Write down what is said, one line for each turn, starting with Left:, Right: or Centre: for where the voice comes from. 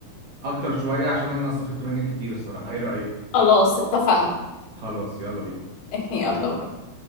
Right: اكتر شوية عشان انا استفدت منك كتير الصراحة ايه رأيك
Left: خلاص اتفقنا
Right: خلاص يلا بينا
Left: <laughs> يلا بقى.